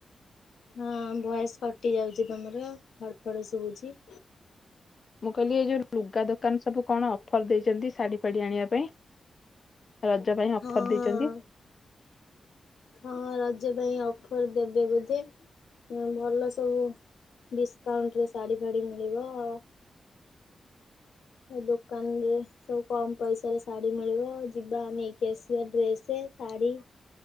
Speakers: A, on the left (about 80°); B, on the left (about 40°).
A: ହଁ ଭୟସ କଟି ଯାଉଛି ତମର ଫଡ ଫଡ ଶଭୁଛି।
B: ମୁଁ କହିଲି ଏଇ ଯୋଉ ଲୁଗା ଦୋକାନ ସବୁ କଣ ଅଫର ଦେଇଛନ୍ତି ଶାଢୀ ଫାଢୀ ଆଣିବା ପାଇଁ। ରଜ ପାଇଁ ଅଫର
A: ହଁ
B: ଦେଇଛନ୍ତି।
A: ହଁ ରଜ ପାଇଁ ଅଫର ଦେବେ ବୋଧେ ଭଲ ସବୁ। ଡିସକାଉଣ୍ଟରେ ଶାଢ଼ୀ ଫାଢ଼ ମିଳିବ ଆଉ। ମୋ ଦୋକାନ ରେ ସବୁ କମ ପଇସାରେ ଶାଢ଼ୀ ମିଳିବ ଯିବା ନେଇକି ଆସିବା ଡ୍ରେସ ଶାଢ଼ୀ।